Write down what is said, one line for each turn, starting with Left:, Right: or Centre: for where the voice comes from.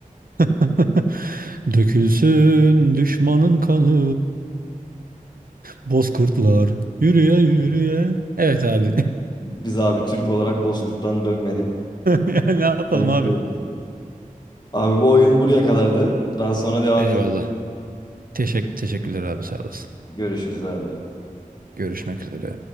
Right: <laughs> Dökülsün düşmanın kanı, bozkurtlar yürüye yürüye. Evet abi. <laughs>
Left: Biz abi Türk olarak Bozkurt'tan dönmedik.
Right: Ya ne yapalım
Left: Verdik
Right: abi?
Left: oyunumuzu. Abi bu oyun buraya kadardı. Daha sonra devam
Right: Eyvallah.
Left: edeceğiz.
Right: Teşekkür, teşekkürler abi sağ olasın.
Left: Görüşürüz abi.
Right: Görüşmek üzere.